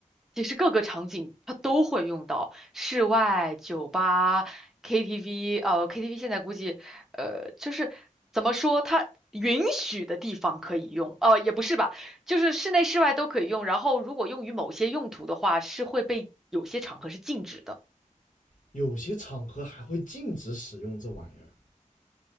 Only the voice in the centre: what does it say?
其实各个场景它都会用到，室外、酒吧、KTV，呃，KTV 现在估计，呃，就是怎么说，它允许的地方可以用，呃，也不是吧，就是室内、室外都可以用。然后如果用于某些用途的话，是会被有些场合是禁止的。